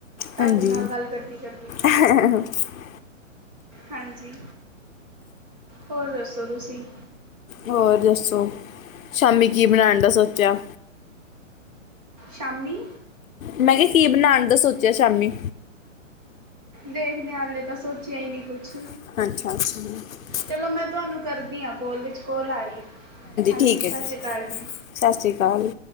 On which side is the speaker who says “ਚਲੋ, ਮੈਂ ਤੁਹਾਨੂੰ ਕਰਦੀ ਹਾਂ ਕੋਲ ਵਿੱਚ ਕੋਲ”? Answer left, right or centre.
Right